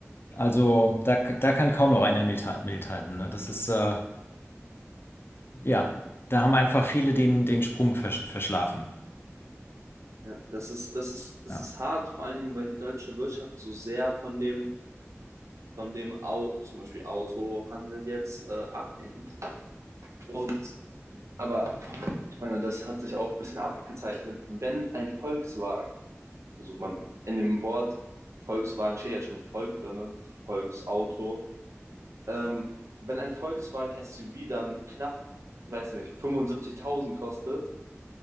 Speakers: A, on the left; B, on the right.
A: Also da, da kann kaum noch einer mithalten. mithalten, ne? Das ist, äh, ja, da haben einfach viele den, den Sprung versch verschlafen.
B: Ja, das ist, das ist, das
A: Ja.
B: ist hart, vor allen Dingen, weil die deutsche Wirtschaft so sehr von dem, von dem Au zum Beispiel Autohandel jetzt äh, abhängt. Und aber Ich meine, das hat sich auch ein bisschen abgezeichnet. Wenn ein Volkswagen, also man in dem Wort Volkswagen steht ja schon Volk drin, ne? Volksauto, ähm, wenn ein Volkswagen SUV dann knapp, ich weiß nicht, 75.000 kostet,